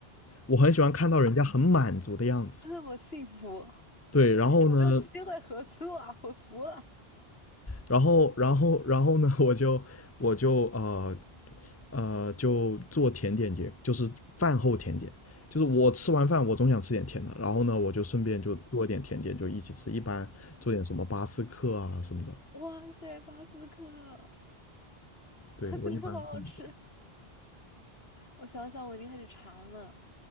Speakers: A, on the left; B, on the left.
A: 我很喜欢看到人家很满足的样子。
B: 这么幸福。有
A: 对，然后呢，
B: 没有机会合作啊？<laughs> 我服了！
A: 然后然后然后呢，我就我就呃呃就做甜点也，就是饭后甜点，就是我吃完饭我总想吃点甜的，然后呢，我就顺便就做点甜点，就一起吃，一般做点什么巴斯克啊什么的。
B: 哇塞，巴斯克，
A: 对，
B: 巴斯克好好吃。
A: 我一般是这么做。
B: 我想想，我已经开始馋了。